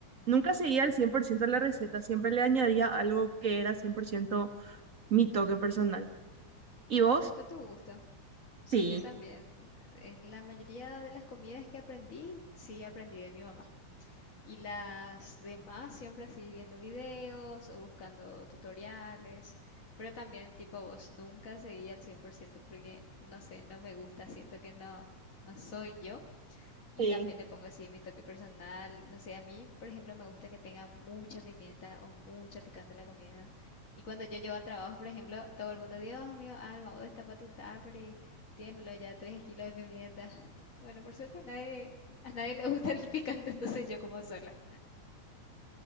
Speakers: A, on the right; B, on the left.
A: Nunca seguía al 100% la receta, siempre le añadía algo que era 100% mi toque personal. ¿Y vos?
B: Tipo tu gusto. Sí,
A: Sí.
B: yo también. En la mayoría de las comidas que aprendí, sí aprendí de mi mamá. Y las demás siempre así viendo videos o buscando tutoriales. Pero también tipo vos, nunca seguí al 100% porque no sé, no me gusta, siento que no, no soy yo. Y
A: Sí,
B: también le pongo así mi toque personal. No sé, a mí, por ejemplo, me gusta que tenga mucha pimienta o mucha picante la comida. Y cuando yo llego al trabajo, por ejemplo, todo el mundo, Dios mío, Alma, vos destapa tu tupper y tiénelo ya tres kilos de pimienta. <laughs> Bueno, por suerte a nadie, a nadie le gusta el picante, <laughs> entonces yo como sola.